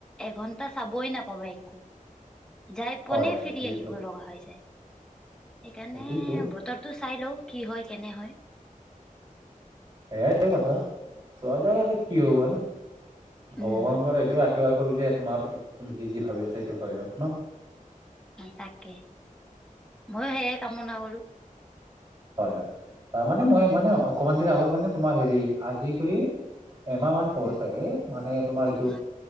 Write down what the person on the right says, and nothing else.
হয়
হয় এইটো
এইটোতো
সেইয়াই কথা। চোৱা জাগাটো কি হ'ব? ভগৱানৰ
পৰা এইটোৱে, <unintelligible> কৰোঁ যে তোমাৰ, তুমি যি ভাবি আছা, সেইটো হয় লওঁক ন'।
হয়, হয়। তাৰমানে, মই মানে, অকমান দিন আগত মানে, তোমাৰ হেৰি, আজি কৰি এমাহ মান হ'ল
চাগে। মানে, তোমাৰ এইটো